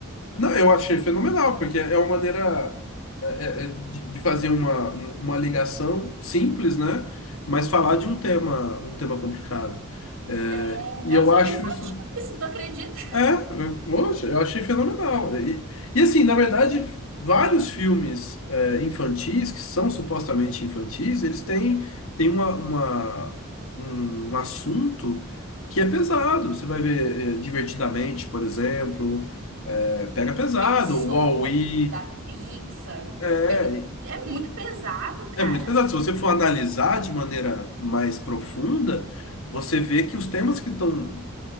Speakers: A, on the left (about 65°); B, on the right (about 60°).
A: Não, eu achei fenomenal, porque é uma maneira é, é, é, de de fazer uma, uma ligação simples, né? Mas falar de um tema, um tema complicado. É,
B: É,
A: e eu
B: é um filme
A: acho
B: infantil,
A: isso.
B: isso, tu acredita?
A: É, eu- poxa, eu achei fenomenal. E, e, assim, na verdade, vários filmes é, infantis, que são supostamente infantis, eles têm, têm uma, uma- um assunto que é pesado. Você vai ver é, Divertidamente, por exemplo, é, pega pesado,
B: Aquele Soul
A: o Wall-E,
B: da Pixar,
A: é,
B: que ele é muito pesado, cara.
A: é muito pesado. Se você for analisar de maneira mais profunda, você vê que os temas que estão